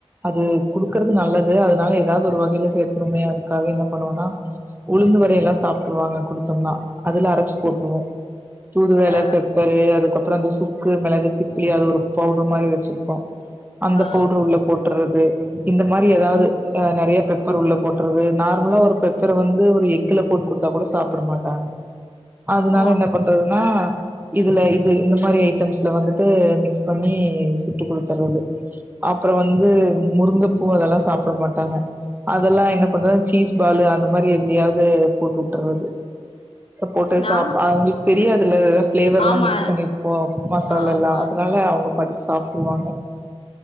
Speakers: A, on the right (about 15°); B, on the left (about 60°).
A: அது குடுக்கறது நல்லது அதனால ஏதாது ஒரு வகைல சேத்துனுமே அதுக்காக என்ன பண்ணுவோனா உளுந்து வ டையெல்லா சாப்ட்ருவாங்க குடுதம்னா அதுல அரச்சி
B: சி
A: போட்ருவோ தூதுவெள
B: ஆ
A: பெப்பரு அதுக் கப்பற அந்த சுக்கு மெளகு திப்ளி அது ஒரு பவுடர் மாரி வச்சிருப்போ அந்த
B: ஆ
A: பவுடர உள்ள போட்டர்றது இந்த மாரி ஏதாவது
B: ம்
A: அ நெறைய பெப் பர உள்ள போட்றது நார்மலா ஒரு பெப்பர வந்து ஒரு எக்குல போட்டு குடுத்தா கூட சாப்ட மாட்டாங் அதனால
B: ஓ அப்
A: என்ன பண்றதுனா இதுல இது இந்த மாரி ஐட்டம்ஸ்ல வந்துட்டு மிக்ஸ் பண்ணி சுட்டு குடுதர்றது அப்றோ வந்து முருங்கப்பூ அதெல்லா சாப்ட மாட்டாங்க அதெலா என்ன பண்றது சீஸ் பாலு அந்த மாரி எதுலியாவது போட்டுட்றது போட்டு
B: நா
A: சாப் அவுங்களுக் தெரியாதில்ல ஃப்லேவர்லா
B: ஆமா
A: மிக்ஸ் பண்ணிர்ப்போ மசாலெல்லா
B: ஆமா
A: அதனால அவுங்க பாட்டுக்கு
B: ஆ
A: சாப்ட்டுருவாங்க